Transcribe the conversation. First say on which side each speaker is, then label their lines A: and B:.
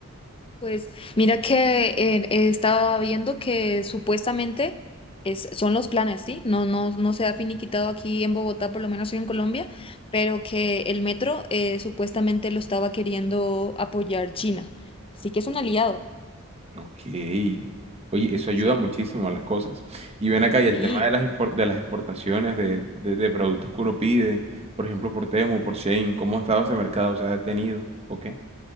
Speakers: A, on the left (about 25°); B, on the right (about 30°).
A: Pues mira que eh, eh, estaba viendo que supuestamente es, son los planes, ¿sí? No, no, no se ha finiquitado aquí en Bogotá, por lo menos en Colombia, pero que el metro eh, supuestamente lo estaba queriendo apoyar China. Así que es un aliado,
B: Ok. Oye, eso ayuda
A: sí,
B: muchísimo a las cosas. Y ven acá, y el
A: sí.
B: tema de las impor- de las exportaciones de, de- de productos que uno pide, por ejemplo, por Temu, por Shein, ¿cómo ha estado ese mercado? ¿Se ha detenido? ¿O qué?